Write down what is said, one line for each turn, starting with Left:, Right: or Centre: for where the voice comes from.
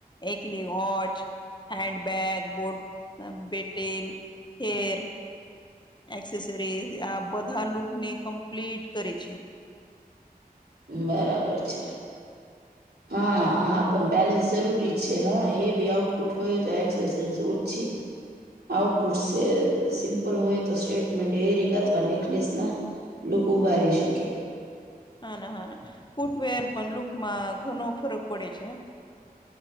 Left: એકલી વોચ. હેન્ડબ બેગ બોટ બેટલ હેર એક્સેસરીઝ આ બધા લુક ને કમ્પ્લીટ કરે છે.
Right: બરાબર છે. હા હા પણ બેલેન્સ જરૂરી છે હા હેવી આઉટપુટ હોય તો એક્સસરી ઓછી આઉટપુટ સિમ્પલ હોય તો સ્ટેટમેન્ટ યરરિંગ અથવા નેકલેસ ના લૂક ઉભારી શકે.
Left: હા ના હા ના ફૂટવેર પણ લુકમાં ઘણો ફરક પડે છે.